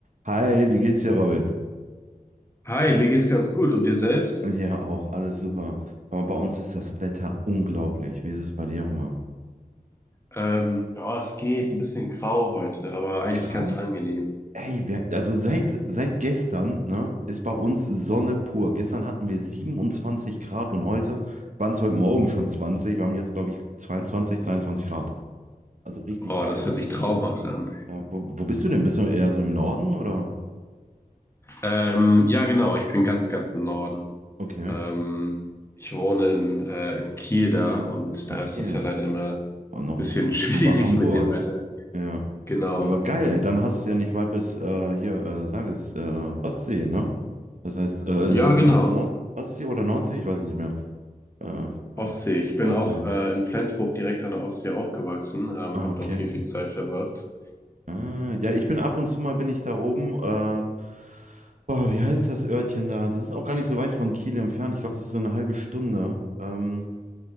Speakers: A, on the right; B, on the left.
A: Hi, wie geht's dir, Robin?
B: Hi, mir geht's ganz gut. Und dir selbst?
A: Ja, auch, alles super. Aber bei uns ist das Wetter unglaublich. Wie ist es bei dir, Hammer?
B: Ähm, ja, es geht ein bisschen grau heute, aber eigentlich
A: Grau?
B: ganz angenehm.
A: Ey, wir, also seit, seit gestern, ne, ist bei uns Sonne pur. Gestern hatten wir 27 Grad und heute waren es heute Morgen schon 20. Wir haben jetzt, glaube ich, 22, 23 Grad. Also richtig
B: Oh,
A: geil.
B: das hört sich traumhaft an.
A: Ja, wo, wo bist du denn? Bist du eher so im Norden oder?
B: Ähm, ja, genau, ich bin ganz, ganz im Norden.
A: Okay.
B: Ähm, ich wohne in, äh, in Kiel da und
A: In
B: da
A: Kiel.
B: ist das ja leider immer ein
A: Oh, noch
B: bisschen
A: n-
B: <laughs> schwierig
A: über Hamburg.
B: mit dem Wetter.
A: Ja.
B: Genau.
A: Aber geil, ey, dann hast du es ja nicht weit bis äh, hier, äh, sag es, äh, Ostsee, ne? Das heißt, äh,
B: Ja,
A: oder
B: genau.
A: Nord Nord Ostsee oder Nordsee, ich weiß es nicht mehr. Äh, oh,
B: Ostsee. Ich bin
A: Ostsee.
B: auch äh, in Flensburg direkt an der Ostsee aufgewachsen, ähm,
A: Ah,
B: habe
A: okay.
B: da auch viel, viel Zeit verbracht.
A: Ah, ja, ich bin ab und zu mal bin ich da oben. Äh, boah, wie heißt das Örtchen da? Das ist auch gar nicht so weit von Kiel entfernt. Ich glaube, es ist so eine halbe Stunde. Ähm,